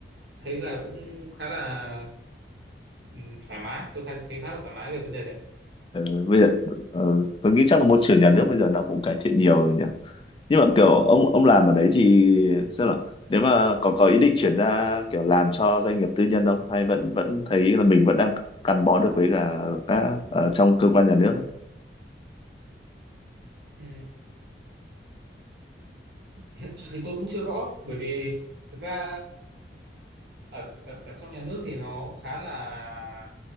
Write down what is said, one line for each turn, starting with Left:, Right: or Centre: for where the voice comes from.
Right: thấy là cũng khá là ừ, thoải mái tôi khá- thấy khá là thoải mái về vấn đề đấy
Left: Ờ, bây giờ ờ, tôi nghĩ chắc là môi trường nhà nước bây giờ nó cũng cải thiện nhiều rồi nhỉ nhưng mà kiểu ông ông làm ở đấy thì sao là nếu mà còn có ý định chuyển ra kiểu làm cho doanh nghiệp tư nhân không hay vẫn vẫn thấy là mình vẫn đang gắn bó được với cả các ở trong cơ quan nhà nước ấy
Right: Ừ, hiện tại thì tôi cũng chưa rõ bởi vì thực ra ở, ở ở trong nhà nước thì nó khá là